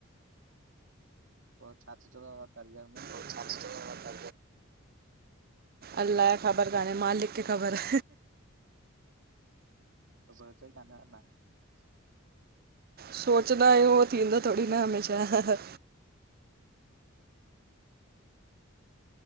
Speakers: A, on the right; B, on the right.
A: पोइ छा सोचियो करियर में?
B: <unintelligible> अलाऐ ख़बर कान्हे मालिक खे ख़बर।
A: त सोचो ई काने अञा।
B: सोचदा आइयूं उहो थींदो थोरी न आहे हमेशा।